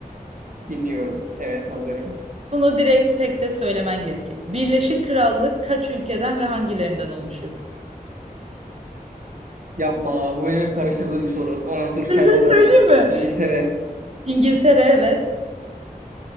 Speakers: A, on the right; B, on the right.
A: Dinliyorum. Evet hazırım.
B: Bunu direkt tek de söylemen gerekir. Birleşik Krallık kaç ülkeden ve hangilerinden oluşur?
A: Yapma. Bu benim hep karıştırdığım bir soru. Aa, dur saymam
B: Bir şey
A: lazım.
B: söyleyeyim mi?
A: İngiltere,
B: İngiltere evet.